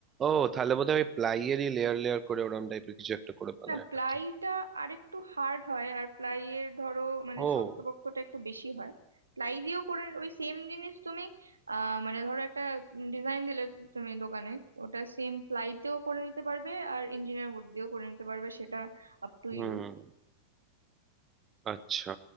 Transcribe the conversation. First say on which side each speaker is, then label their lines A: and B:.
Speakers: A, on the right; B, on the right.
A: ও তাহলে বোধহয় ওই প্লাইয়েরই লেয়ার লেয়ার করে ওরম টাইপের কিছু একটা করে বানায়
B: না প্লাইটা
A: হয়তো
B: আরেকটু হার্ড হয় আর প্লাইয়ের ধরো মানে
A: ও
B: শক্তপোক্তটা একটু বেশি হয় প্লাই দিয়েও করে ওই সেম জিনিস তুমি আহ মানে ধরো একটা ডিজাইন দিলে তুমি দোকানে ওটা সেম প্লাইতেও করে নিতে পারবে আর ইঞ্জিনিয়ার উড দিয়েও করে নিতে পারবে সেটা আপ টু
A: হুম
B: ইউ
A: আচ্ছা